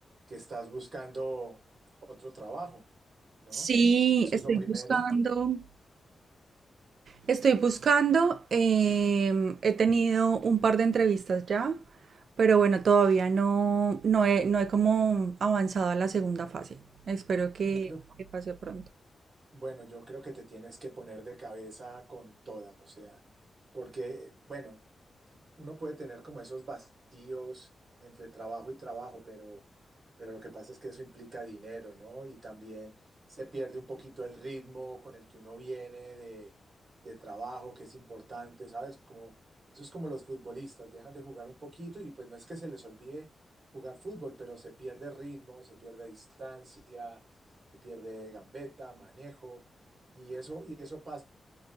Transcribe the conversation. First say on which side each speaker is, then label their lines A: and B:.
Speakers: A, on the right; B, on the right.
A: que estás buscando otro trabajo, ¿no?
B: Sí,
A: Eso
B: estoy
A: es lo primero.
B: buscando. Estoy buscando, em, he tenido un par de entrevistas ya, pero bueno, todavía no, no he, no he como avanzado a la segunda fase. Espero que,
A: Yo creo, que-
B: que pase pronto.
A: bueno, yo creo que te tienes que poner de cabeza con toda, o sea, porque, bueno, uno puede tener como esos vacíos entre trabajo y trabajo, pero, pero lo que pasa es que eso implica dinero, ¿no? Y también se pierde un poquito el ritmo con el que uno viene de, de trabajo, que es importante, ¿sabes? Como, eso es como los futbolistas, dejan de jugar un poquito y pues no es que se les olvide jugar fútbol, pero se pierde ritmo, se pierde distancia, se pierde gambeta, manejo, y eso, y eso pasa